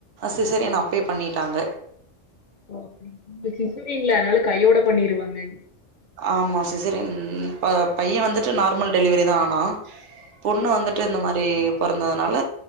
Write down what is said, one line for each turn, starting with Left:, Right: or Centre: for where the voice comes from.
Right: சிஸ்செரியன் அப்பே பண்ணிட்டாங்க
Left: ஓ அப்டிங்களா சிஸ்செரியன்ல அதனால கையோட பண்ணிருவாங்க
Right: ஆமா சிஸ்செரியன் ப பையன் வந்துட்டு நார்மல் டெலிவரி தான் ஆனா பொண்ணு
Left: ம்.
Right: வந்து ட்டு இந்த மாரி பொறந்ததுனால